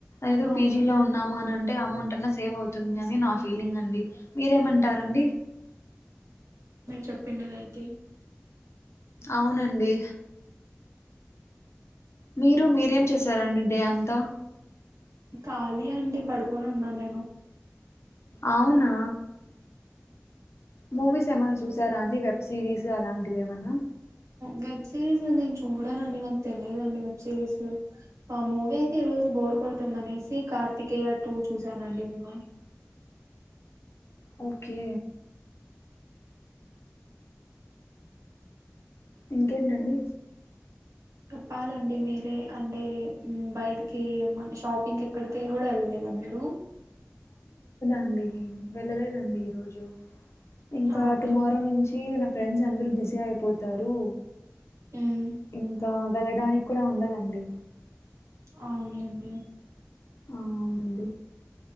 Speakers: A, on the left (about 60°); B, on the right (about 80°).
A: ఏదేదో
B: అవునండి
A: పీజీలో ఉన్నాము అ అంటే అమౌంట్ అన్నా సేవ్ అవుతుంది అని నా ఫీలింగ్ అండి మీరేమంటారండి
B: చెప్పిండది అయితే
A: అవునండి మీరు మీరేం చేస్త సరే అండి డే అంతా
B: ఖాళీ అండి పడు కోను ఉన్నా నేను
A: అవునా మూవిస్ ఏమైన్నా చూసారా అండి వెబ్ సిరీస్ అలాంటివి ఏమన్నా
B: వెబ్ సిరీస్ నేను చూడనండి నాకు తెలియదుండి వెబ్ సిరీస్ ఆ మూవీ అయితే ఈ రోజు బోర్ కొడుతుందని నమేసి కార్తికేయ టూ చూసానండి మేమ
A: ఓకే ఇంకేంటండి
B: చెప్పాలండి మీరే అంటే బయటికి షాపింగ్కి ఎక్కడికి కూడా వెళ్ళలేదా మీరు
A: అండి వెళ్ళలేదండి ఈ రోజు ఇంకా
B: అవునులేండి
A: టుమారో నుంచి ఫ్రెండ్స్ అందరుూ బిజీ అయిపోతారు
B: ఉమ్
A: ఇం త వెళ్ళడానికి కూడా ఉండదండి
B: అవున్లెండి
A: ఆ అవునండి